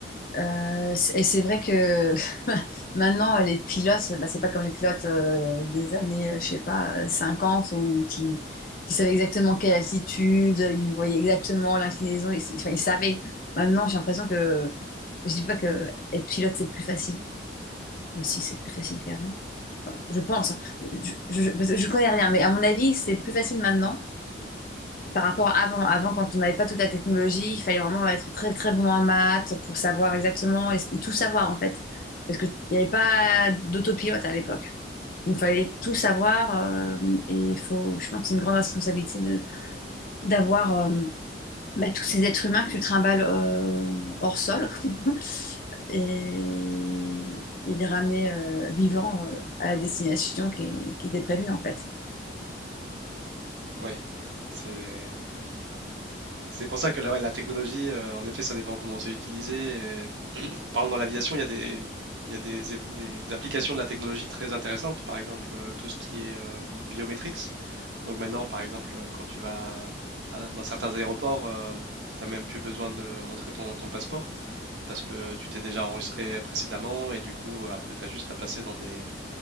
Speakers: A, on the left; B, on the right.
A: Euh, c- et c'est vrai que <laughs> maintenant, les pilotes, bah, c'est pas comme les pilotes euh, des années, euh, je sais pas, euh, 50 ou qui, qui savaient exactement quelle altitude, ils voyaient exactement l'inclinaison, ils, ils- enfin, ils savaient. Maintenant, j'ai l'impression que je dis pas que être pilote c'est plus facile. Bah, si, c'est plus facile qu'avant. Enfin, je pense. hein. Je, je, je- parce que je connais rien, mais à mon avis, c'est plus facile maintenant par rapport à avant, avant quand on n'avait pas toute la technologie, il fallait vraiment être très très bon en maths pour savoir exactement et, s- tout savoir en fait, parce qu'il n'y avait pas d'autopilote à l'époque. Il fallait tout savoir euh, et il faut, je pense que c'est une grande responsabilité de d'avoir euh, bah, tous ces êtres humains que tu trimbales euh, hors sol <laughs> et, et les ramener euh, vivants euh, à la destination qui, est- qui était prévue en fait.
B: Ouais, c'est c'est pour ça que là, ouais, la technologie, euh, en effet, ça dépend comment c'est utilisé Par exemple, dans l'aviation, il y a des, il y a des, év- des applications de la technologie très intéressantes, par exemple euh, tout ce qui est euh, biometrics. Donc maintenant, par exemple, euh, quand tu vas à- dans certains aéroports, tu n'as même plus besoin de montrer ton, ton passeport parce que tu t'es déjà enregistré précédemment et du coup, euh, après, tu as juste à passer dans des,